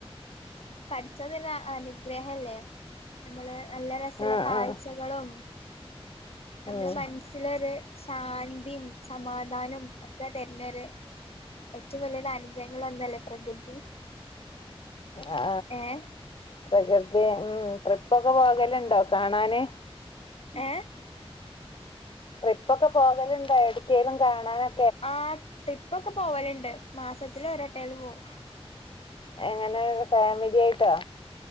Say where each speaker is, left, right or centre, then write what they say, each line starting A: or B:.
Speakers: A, on the left; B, on the left.
A: പടച്ചോൻ തരുന്ന അനുഗ്രഹല്ലേ നമ്മള് നല്ല രസള്ള
B: ആ
A: കാഴ്ചകളും
B: ആ
A: നമ്മള്
B: ഉം.
A: മനസ്സിലൊര് ശാന്തിയും സമാധാനോം ഒക്കെ തര്ണൊര് ഏറ്റവും വല്യൊരനുഗ്രഹങ്ങളിലൊന്നല്ലേ പ്രകൃതി
B: ആ
A: ഏഹ്
B: പ്രകൃതി ഉം ട്രിപ്പൊക്കെ പോകല്ണ്ടോ കാണാന്
A: ഏഹ്
B: ട്രിപ്പൊക്കെ പോകല്ണ്ടോ എവിടെക്കേലും കാണാനൊക്ക്
A: ആഹ് ട്രിപ്പൊക്കെ പോവല്ണ്ട് മാസത്തിലൊരട്ടേലും പോവും
B: എങ്ങനെ ഫാമിലിയായിട്ടാ